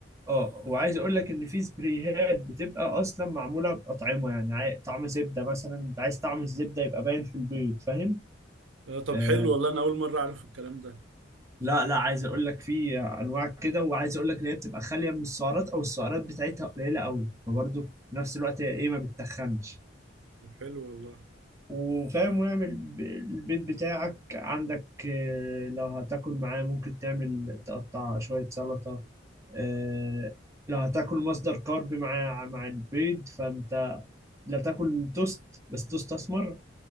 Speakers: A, on the right (about 15°); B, on the right (about 80°).
A: اه وعايز اقول لك ان في سبريهات بتبقى اصلا معموله باطعمه يعني عاي... طعم زبده مثلا انت عايز طعم الزبده يبقى باين في البيض فاهم
B: آه طب
A: آه،
B: حلو والله انا اول مره اعرف الكلام ده
A: لا لا عايز اقول لك في انواع كده وعايز اقول لك ان هي بتبقى خاليه من السعرات او السعرات بتاعتها قليله قوي فبرضه في نفس الوقت هي ايه ما بتتخنش
B: طب حلو والله
A: وفاهم ويعمل ب- البيت بتاعك عندك آه، لو هتاكل معاه ممكن تعمل تقطع شويه سلطه آه، لو هتاكل مصدر كارب مع مع البيض فانت لا تاكل توست بس توست اسمر